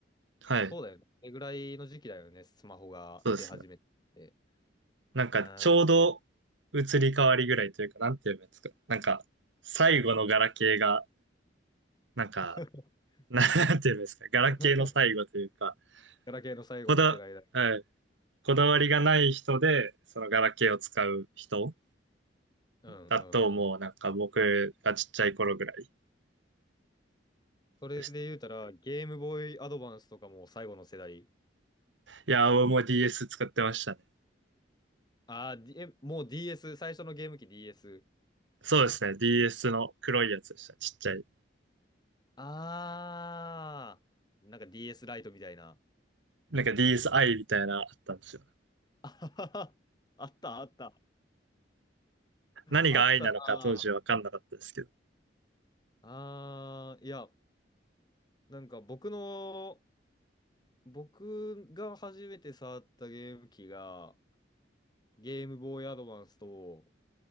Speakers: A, on the right; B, on the left.
A: はい。
B: そうだよね。それぐらいの時期だよね、スマホが出始めて。
A: そうですね。なんか、
B: うん、
A: ちょうど移り変わりぐらいというか、なんて言えばいいんですか。なんか、最後のガラケーが、なんか、
B: <laughs>
A: な
B: うん。
A: <laughs> なんて言えばいいんですか。ガラケーの最後というか、
B: <laughs> ガラケーの最後の世代だ。
A: こだ、はい、こだわりがない人で、そのガラケーを使う人
B: うん、
A: だと、
B: うん、うん。
A: もうなんか僕がちっちゃい頃ぐらい
B: それで言うたら、
A: でした。
B: ゲームボーイアドバンスとかも最後の世代
A: いやー、もう DS 使ってましたね。
B: ああ、D- え、もう DS、最初のゲーム機 DS。
A: そうですね。DS の黒いやつでした。ちっちゃい。
B: ああ、なんか DS ライトみたいな。
A: なんか DSi みたいなのあったんですよ。
B: <laughs> あったあった。
A: 何が
B: あったな。
A: i なのか当時わかんなかったですけど。
B: ああ、いや、なんか僕の、僕が初めて触ったゲーム機が、ゲームボーイアドバンスと、